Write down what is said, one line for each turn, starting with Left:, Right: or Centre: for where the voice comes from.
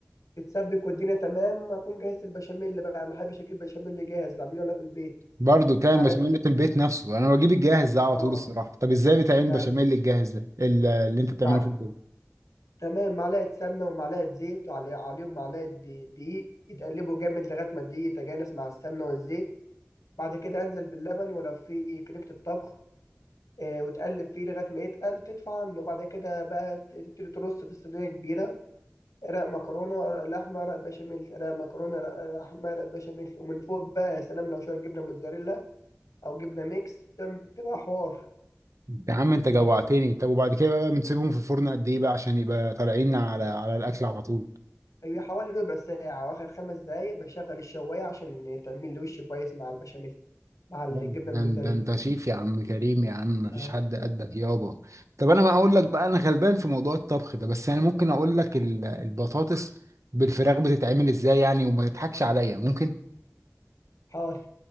Left: تتسبك والدنيا تمام اكون جاهز البشاميل بقى ما احبش اجيب بشاميل جاهز بعمله انا في البيت
Right: برضه بتعمل
Left: معلقه
Right: بشاميل في البيت نفسه انا بجيب الجاهز ده على
Left: اه
Right: طول الصراحه طب ازاي بتعمل
Left: لا
Right: بشاميل الجاهز ده ال- اللي انت بتعمله
Left: بع...
Right: في البيت
Left: تمام معلقه سمنه ومعلقه زيت وعلي... عليهم معلقه دي- دقيق يتقلبوا جامد لغايه ما الدقيق يتجانس مع السمنه والزيت بعد كده انزل باللبن ولو في كريمه الطبخ آه وتقلب فيه لغايه ما يتقل تدفع عنه بعد كده بقى تبتدي ترص في صينيه كبيره رق مكرونه رق لحمه رق بشاميل رق مكرونه رق لحمه رق بشاميل ومن فوق بقى يا سلام لو شويه جبنه موتزاريلا او جبنه ميكس بتعمل- بتبقى حوار
Right: يا عم انت جوعتني طب وبعد كده بقى بنسيبهم في الفرن قد ايه بقى عشان يبقى طالعين على على الاكل على طول
Left: هي حوالي ربع ساعه واخر خمس دقايق بشغل الشوايه عشان تعمل لي وش كويس مع البشاميل مع الجبنه
Right: ده
Left: الموتزاريلا
Right: ده انت شيف يا عم كريم يا عم مفيش
Left: اه
Right: حد قدك يابا طب انا بقى اقول لك بقى انا غلبان في موضوع الطبخ ده بس انا ممكن اقول لك ال- البطاطس بالفراخ بتتعمل ازاي يعني وما تضحكش عليا ممكن
Left: حاضر